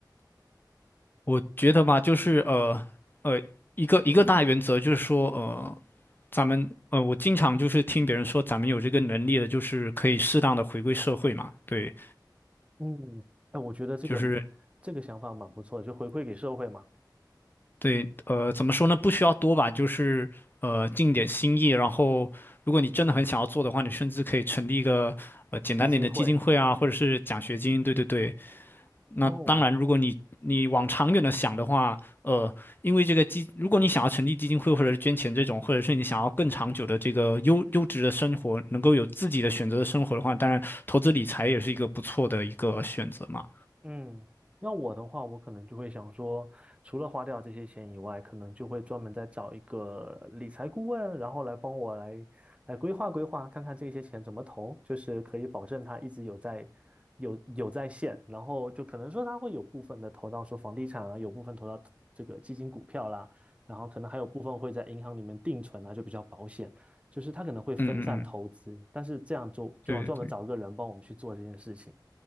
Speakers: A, on the left (about 25°); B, on the right (about 15°).
A: 我觉得吧，就是呃呃，一个一个大原则就是说，呃，咱们呃，我经常就是听别人说，咱们有这个能力的，就是可以适当的回归社会嘛。对，
B: 嗯，哎，我觉得这个
A: 就是
B: 这个想法蛮不错的，就回馈给社会嘛，
A: 对，呃，怎么说呢？不需要多吧，就是呃，尽点心意。然后，如果你真的很想要做的话，你甚至可以成立一个呃简单点的基金会啊，
B: 基金会。
A: 或者是奖学金。对对对，那当然，
B: 哦，
A: 如果你你往长远的想的话，呃，因为这个基，如果你想要成立基金会或者是捐钱这种，或者是你想要更长久的这个优优质的生活，能够有自己的选择的生活的话，当然投资理财也是一个不错的一个选择嘛。
B: 嗯，要我的话，我可能就会想说，除了花掉这些钱以外，可能就会专门再找一个理财顾问，然后来帮我来来规划规划，看看这些钱怎么投，就是可以保证他一直有在有有在线，然后就可能说他会有部分的投到说房地产啊，有部分投到这个基金股票啦，然后可能还有部分会在银行里面定存啊，就比较保险，就是他可能会分散投资，
A: 嗯嗯嗯，
B: 但是这样就就要专门找个人帮我们去做这件事情，
A: 对对对。